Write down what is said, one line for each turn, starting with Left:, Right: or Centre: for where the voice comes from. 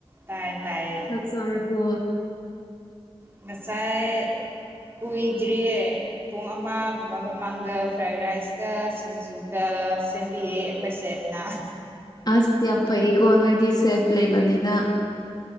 Right: ꯇꯥꯏ ꯇꯥꯏꯌꯦ
Left: ꯆꯥꯛ ꯆꯥꯔꯕꯣ
Right: ꯉꯁꯥꯏ ꯀꯨꯏꯗ꯭ꯔꯤꯌꯦ ꯄꯨꯡ ꯑꯃꯒꯨꯝꯕ ꯃꯃꯥꯡꯗ ꯐ꯭ꯔꯥꯏ ꯔꯥꯏꯁꯀ ꯁꯤꯡꯖꯨꯒ ꯁꯦꯝꯕꯤꯌꯦ ꯑꯩꯈꯣꯏꯁꯦ ꯅ
Left: ꯑꯁ ꯌꯥꯝ ꯐꯩꯌꯦꯀꯣ ꯅꯣꯏꯗꯤ ꯁꯦꯐ ꯂꯩꯕꯅꯤꯅ